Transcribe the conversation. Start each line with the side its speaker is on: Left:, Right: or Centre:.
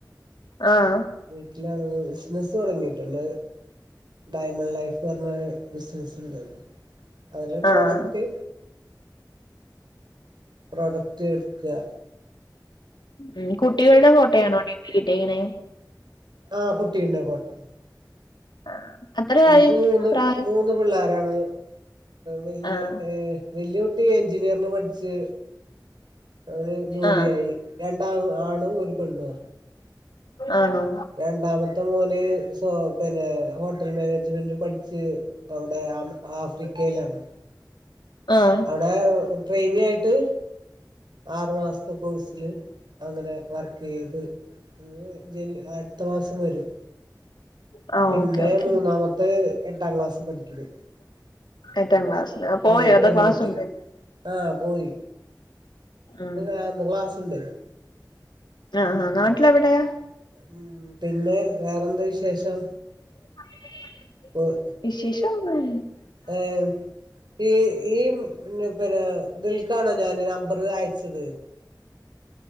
Left: ആഹ്
Right: വീട്ടിലാണ് ബിസിനസ്സ് തൊടങ്ങിട്ടുണ്ട് ഡയമണ്ട് ലൈഫ് പറഞ്ഞ ബിസിനസ് ഉണ്ട് അതില് പ്രൊഡക്റ്റ്
Left: ആഹ്
Right: പ്രോഡക്റ്റ് എടുക്ക്അ
Left: ഉം കുട്ടികളുടെ ഫോട്ടോയാണോ ഡീപ്പീലിട്ടേക്കണേ?
Right: ആ കുട്ടികള്ടെ ഫോട്ടോ
Left: ആഹ് അത്രയായി
Right: എനിക്ക് മൂന്ന്
Left: പ്രായം
Right: മൂന്ന് പിള്ളേരാണ് വല്യ
Left: ആഹ്
Right: ഏ ഹ് വെല്ല്യ കുട്ടി എഞ്ചിനീയറിന് പഠിച്ച് അവന് ജോലിയായി
Left: ആഹ്
Right: രണ്ടാ ആണ് ഒരു പെണ്ണുഅ
Left: ആണോ?
Right: രണ്ടാമത്തെ മോന് സോ പിന്നെ ഹോട്ടൽ മാനേജ്മെന്റ് പഠിച്ച് അവിടെ ആഫ്രിക്കേലാണ്
Left: ആഹ്
Right: അവിടെ ട്രെയിനി ആയിട്ട് ആറു മാസത്തെ കോഴ്സില് അങ്ങനെ വർക്ക് ചെയ്ത് അ ജനു അടുത്ത മാസം വരും
Left: ആഹ്
Right: പിന്നെ
Left: ഓക്കെ ഓക്കെ
Right: മൂന്നാമത്തെ എട്ടാം ക്ലാസി പഠിക്കിന്ന്
Left: എട്ടാം ക്ലാസ്സില് പോയോ
Right: ഉം
Left: അതോ
Right: പെൺകുട്ടി
Left: ക്ലാസ് ഉണ്ടോ
Right: ആഹ് പോയി
Left: ഉം
Right: ആ ഇന്ന് ക്‌ളാസുണ്ട്
Left: ആഹ് ആ നാട്ടിലെവിടെയാ?
Right: ഉം പിന്നെ വേറെന്ത വിശേഷം?
Left: <inaudible>
Right: ഊം
Left: വിശേഷം ഒന്നൂല്ല
Right: ഏഹ് ഈ ഈ പിന്നെ ദിൽക്കാണോ ഞാൻ നമ്പറ് അയച്ചത്